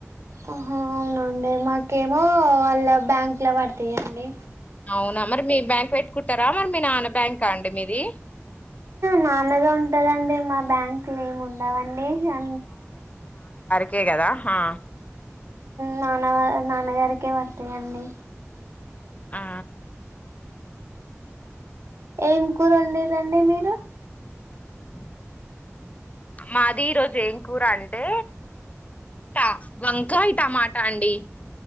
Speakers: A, on the right; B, on the left.
A: ఆహ అవునండి మాకేమో వాళ్ళ బ్యాంక్ లో పడతాయండి
B: అవునా మరి మీ బ్యాంక్ పెట్టుకుంటారా మరి మీ నాన్న బ్యాంకా అండి మీది
A: నాన్నదే ఉంటదండి మా బ్యాంక్ లో ఏమి ఉండవండి అ
B: కేకదా ఆహా
A: నాన్న నాన్నగారికే పడతాయండి
B: ఆ
A: ఏం కూర వండి రండి మీరు
B: అ మాది ఈరోోజు ఏం కూర అంటే ట వంకాయ్ టమాట అండి